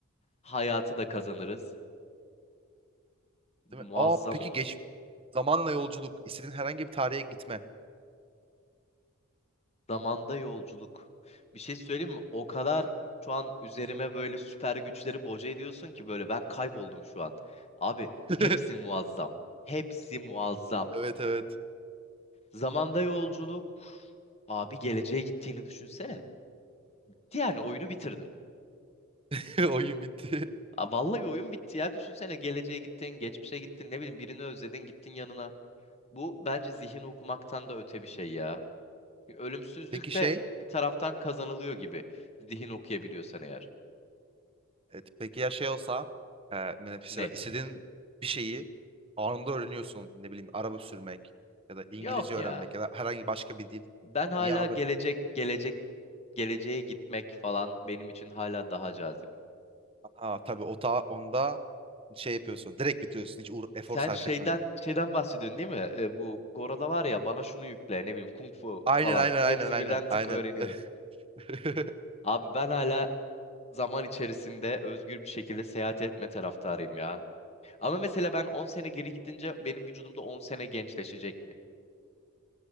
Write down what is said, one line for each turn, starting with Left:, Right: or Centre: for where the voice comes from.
Left: Hayatı da kazanırız. Muazzam
Right: değil mi? Aa peki
Left: olur.
Right: geçmiş. Zamanla yolculuk. İstediğin herhangi bir tarihe gitme.
Left: Zamanda yolculuk. Bir şey söyleyeyim mi? O kadar şu an üzerime böyle süper güçleri boca ediyorsun ki böyle ben kayboldum şu an. Abi
Right: <laughs>
Left: hepsi muazzam. Hepsi muazzam.
Right: Evet evet.
Left: Zamanda yolculuk. Abi geleceğe gittiğini düşünsene. Bitti Yani oyunu bitirdin.
Right: <laughs> Oyun bitti.
Left: Aa, vallahi oyun bitti ya. Düşünsene geleceğe gittin, geçmişe gittin, ne bileyim birini özledin, gittin yanına. Bu bence zihin okumaktan da öte bir şey ya. Ölümsüzlük
Right: Peki şey
Left: de bir taraftan kazanılıyor gibi. Zihin okuyabiliyorsan eğer.
Right: Evet, peki ya şey olsa e, mesela
Left: Ne?
Right: istediğin bir şeyi anında öğreniyorsun. Ne bileyim araba sürmek ya da İngilizce
Left: Yok
Right: öğrenmek
Left: ya.
Right: ya da herhangi başka bir dil.
Left: Ben hala
Right: Niye abi?
Left: gelecek, gelecek, geleceğe gitmek falan benim için hala daha cazip.
Right: Aa tabii o ta onda şey yapıyorsun. Direkt bitiriyorsun hiç uğra- efor
Left: Sen
Right: sarf
Left: şeyden
Right: etmeden.
Left: şeyden bahsediyorsun değil mi? E, bu Gora'da var ya bana şunu yükle ne bileyim kung fu
Right: Aynen
Left: falan
Right: aynen
Left: hepsi
Right: aynen aynen
Left: birden tık
Right: aynen.
Left: öğreniyor.
Right: <laughs>
Left: Abi ben hala zaman içerisinde özgür bir şekilde seyahat etme taraftarıyım ya. Ama mesela ben 10 sene geri gidince benim vücudumda 10 sene gençleşecek mi?